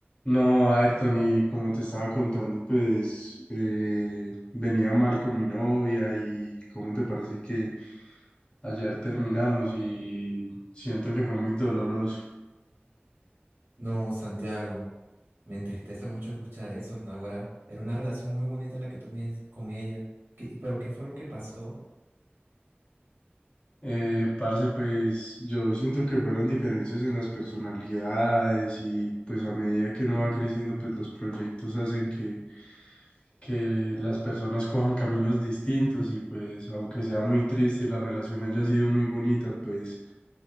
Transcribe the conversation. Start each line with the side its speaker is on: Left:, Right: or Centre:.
Left: No, Ayrton, y como te estaba contando, pues eh, venía mal con mi novia y cómo te parece que ayer terminamos y siento que fue muy doloroso.
Right: No, Santiago, me entristece mucho escuchar eso, Naguará. Era una relación muy bonita la que tú tienes con ella. ¿Qué- pero qué fue lo que pasó?
Left: Eh, parce, pues yo siento que fueron diferencias en las personalidades y pues a medida que uno va creciendo, pues los proyectos hacen que, que las personas cojan caminos distintos y pues aunque sea muy triste y la relación haya sido muy bonita, pues